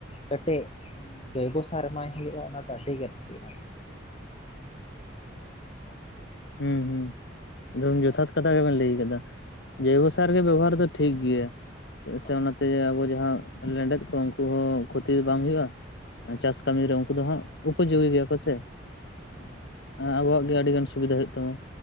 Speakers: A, on the left; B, on the left.
A: ᱠᱟᱹᱴᱤᱡ ᱡᱚᱭᱵᱚ ᱥᱟᱨ ᱮᱢᱟᱭ ᱦᱩᱭᱩᱜᱼᱟ ᱚᱱᱟ ᱫᱚ ᱟᱹᱰᱤ ᱜᱮ ᱵᱷᱟᱹᱜᱮᱼᱟ ᱟᱨᱠᱤ᱾ ᱦᱳᱭ
B: ᱦᱩᱸ ᱦᱩᱸ ᱮᱠᱫᱚᱢ
A: ᱟᱨ
B: ᱡᱚᱛᱷᱟᱛ ᱠᱟᱛᱷᱟ ᱜᱮᱵᱤᱱ ᱞᱟᱹᱭ ᱟᱠᱟᱫᱟ, ᱡᱚᱭᱵᱚ ᱥᱟᱨ ᱜᱮ ᱵᱮᱵᱚᱦᱟᱨ ᱫᱚ ᱴᱷᱤᱠ ᱜᱮᱭᱟ ᱪᱮᱫᱟᱜ
A: ᱦᱳᱭ
B: ᱥᱮ ᱚᱱᱟ ᱛᱮ ᱟᱵᱚ ᱡᱟᱦᱟᱸ ᱞᱮᱸᱰᱮᱫ ᱠᱚ ᱩᱱᱠᱩ ᱦᱚᱸ ᱠᱷᱩᱛᱤ ᱵᱟᱝ ᱦᱩᱭᱩᱜᱼᱟ, ᱟᱨ ᱪᱟᱥ
A: ᱦᱩᱸ
B: ᱠᱟᱹᱢᱤ ᱨᱮ ᱩ ᱩᱱᱠᱩ ᱫᱚ ᱦᱟᱸᱜ ᱩᱠᱩ ᱪᱩᱠᱩᱭ ᱜᱮᱭᱟ ᱠᱚ ᱥᱮ?
A: ᱦᱮᱸ᱾
B: ᱮᱸ ᱟᱵᱚᱣᱟᱜ ᱜᱮ ᱟᱹᱰᱤ ᱜᱟᱱ ᱥᱩᱵᱤᱫᱷᱟ ᱦᱩᱭᱩᱜ ᱛᱟᱢᱟ